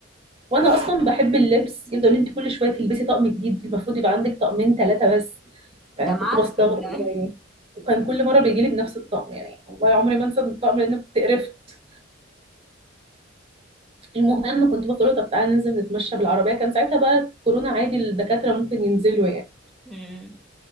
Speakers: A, on the right; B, in the centre.
A: وانا اصلا بحب اللبس يفضل يقول لي انت كل شويه تلبسي طقم جديد المفروض يبقى عندك طقمين ثلاثه بس
B: <laughs>
A: فانا
B: ده
A: كنت
B: معفن
A: بستغرب
B: كمان
A: اللي هو يعني وكان كل مره بيجي لي بنفس الطقم يعني والله عمري ما انسى الطقم لان كنت قرفت المهم كنت بقول له طب تعالى ننزل نتمشى بالعربية كان ساعتها بقى كورونا عادي الدكاترة ممكن ينزلوا يعني
B: مم.